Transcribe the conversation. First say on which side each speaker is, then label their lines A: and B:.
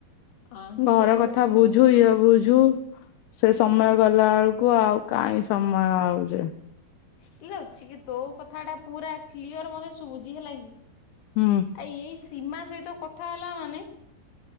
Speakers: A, on the left (about 70°); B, on the left (about 85°).
A: ହଁ ସିଏ
B: ଘର
A: ବି
B: କଥା
A: ସତ
B: ବୁଝୁ ଏ ବୁଝୁ ସେ ସମୟ ଗଲା ବେଳକୁ ଆଉ କାହିଁ ସମୟ ଆଉ ଯେ
A: କିଏ ଅଛି କି ତୋ କଥାଟା ପୁରା କ୍ଲିଅର ମତେ ଶୁଭୁଛି ହେଲା କି।
B: ହୁଁ
A: ଆ ଏଇ ସୀମା ସହିତ କଥା ହେଲା ମାନେ